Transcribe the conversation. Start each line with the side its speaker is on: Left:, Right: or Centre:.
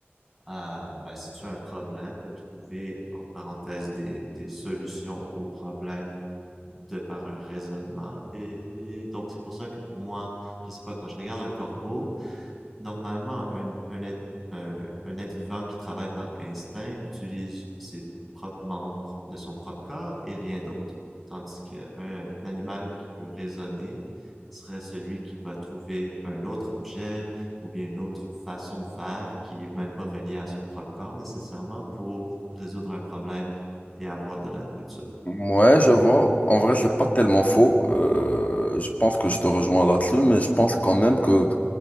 Centre: à, ben, si tu as un problème, de trouver, en parenthèse, des, des solutions au problème de par un raisonnement. Et donc, c'est pour ça que pour moi, je sais pas, quand je regarde un corbeau, Normalement, un un être un un être vivant qui travaille par instinct utilise ses propres membres de son propre corps et rien d'autre, tandis que un animal qui peut raisonner serait celui qui va trouver un autre objet ou bien une autre façon de faire qui est même pas reliée à son propre corps nécessairement pour résoudre un problème et avoir de la nourriture.
Left: Ouais, je vois. En vrai, c'est pas tellement faux. Euh, je pense que je te rejoins là-dessus, mais je pense quand même que